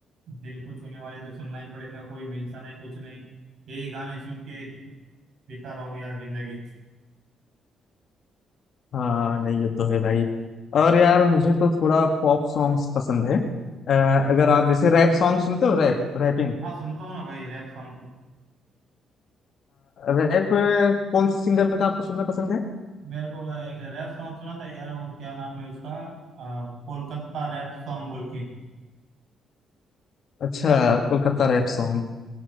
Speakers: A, on the right; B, on the left.
A: दिल को छूने वाले तो सुनना ही पड़ेगा कोई मिलता नहीं कुछ नहीं यही गाने सुन के बीता रहो यार जिंदगी
B: हाँ नहीं ये तो है भाई और यार मुझे तो थोड़ा पॉप सॉन्ग्स पसंद है अ, अगर आप जैसे रैप सॉन्ग सुनते हो रैप रैपिंग
A: हाँ सुनता हूँ ना भाई रैप सॉन्ग तो
B: रैप कौन से सिंगर का आपको सुनना पसंद है
A: मेरे को एक रैप सॉन्ग सुना था यार वो क्या नाम है उसका आ, कोलकाता रैप सॉन्ग बोल के
B: अच्छा कोलकाता रैप सॉन्ग